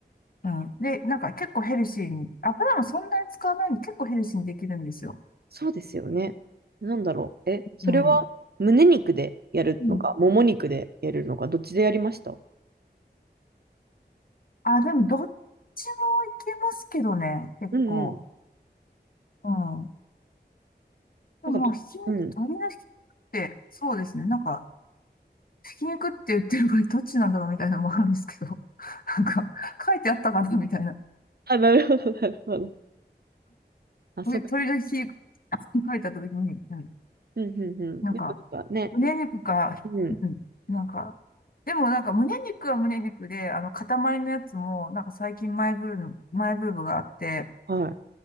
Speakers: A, on the left (about 55°); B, on the right (about 65°).
A: うん。で、なんか結構ヘルシーに、油もそんなに使わないんで結構ヘルシーにできるんですよ。
B: そうですよね。なんだろう。え、それは胸肉でやるのか、
A: うん。うん。
B: もも肉でやるのか、どっちでやりました
A: あ、でもどっちもいけますけどね、結構。
B: うんうん。
A: うん。でもまあ、
B: なんかど、
A: ひき肉、
B: うん。
A: 鶏のひき肉って、そうですね、なんか、ひき肉って言ってる場合どっちなんだろうみたいなのもあるんですけど、<laughs> なんか、書いてあったかなみたいな。
B: あ、なるほど、なるほど。
A: <laughs>
B: あ、そっか。
A: で鶏のひき肉って書いてあった時に、うん
B: うんうんうん。
A: なんか、
B: やっぱなんかね、
A: 胸肉か、
B: うん。
A: うん、なんか、でもなんか胸肉は胸肉で、あの塊のやつも、なんか最近マイブーム、マイブームがあって、
B: はい。